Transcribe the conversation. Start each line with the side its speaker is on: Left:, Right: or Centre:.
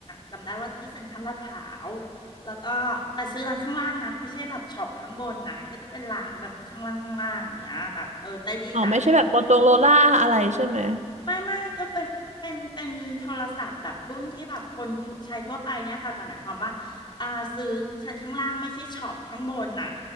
Left: จำได้ว่าที่เซ็นทรัลลาดพร้าวแล้วก็แต่ซื้อร้านข้างล่างนะไม่ใช่แบบช็อปข้างบนนะ ก็จะเป็นร้านแบบข้างล่างข้างล่างอย่างเงี้ยแบบเออใต้ดินอ่ะ
Right: อ๋อไม่ใช่แบบโมโตโรล่าอะไรใช่ไหม
Left: ไม่ไม่ก็เป็นเป็นเป็นโทรศัพท์แบบรุ่นที่แบบคนทั่วใช้ทั่วไปเนี่ยค่ะแต่หมายความว่าอ่าซื้อชั้นข้างล่างไม่ใช่ช็อปข้างบนน่ะ